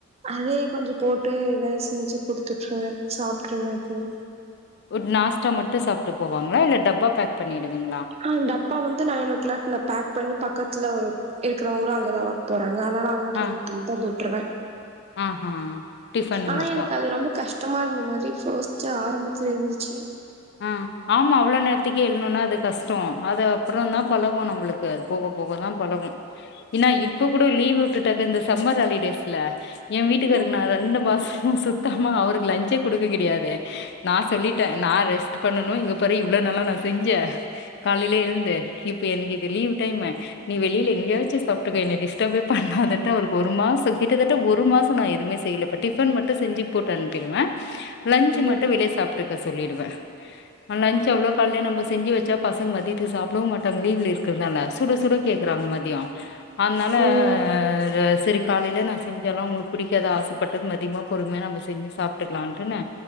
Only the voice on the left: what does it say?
உட் நாஸ்டா மட்டு சாப்ட்டு போவாங்களா இல்ல டப்பா பேக் பண்ணிடுவிங்ளா
அ
ஆ ஹா டிஃபனுக்கு
மட்டு
அ ஆமா அவ்ளோ நேரத்திக்கே எழ்ணுனா அது கஷ்டோ அது அப்புறந்தா பழகு நம்முளுக்கு அது போக போக தா பழகு என்னா இப்போ கூட லீவ்விட்டுட்டாக்கா இந்த சம்மர் ஹாலிடேஸ் ல எ வீட்டுக்காருக்கு
நா ரெண்டு மாசமு சுத்த ஆமா அவுருக்கு லஞ்சே குடுக்க கிடையாதே நா சொல்லிட்டே நா ரெஸ் ட்டு பண்ணனு இங்க பாரு இவ்ளோ நாளா நா செஞ்சே காலைலியே எழுந்து இப்ப எனக்கு இது லீவ் டைமு நீ வெளில எங்யாச்சு சாப்ட்டுக்க என்னய டிஸ்டபே பண்ணாதன்ட்டு அவுருக்கு ஒரு மாச கிட்டத்தட்ட ஒரு மாசோ நா எதுமே செய்ல இப்ப டிஃபன் மட்டு செஞ்சி போட்டு அனுப்பிர்வே. லன்ஞ்சு
மட்டு வெளிய சாப்ட்டுக்க சொல்லிடுவே. அ லன்ச் அவ்ளோ கால்லியே நம்ம செஞ்சு வெச்சா பசங் மதியதுக்கு சாப்டவு மாட்டாங் லீவ்ல இருக்கற்னால சுட சுட கேக்குறாங் மதியோ அதுனால
ர செரி காலையில நா செஞ்சால்லா அவுங்களுக்கு பிடிக்காது ஆசப்பட்டது மதியமா பொறுமையா நம்ப செஞ்சு சாப்ட்டுக்கலான்ட்டுன்னு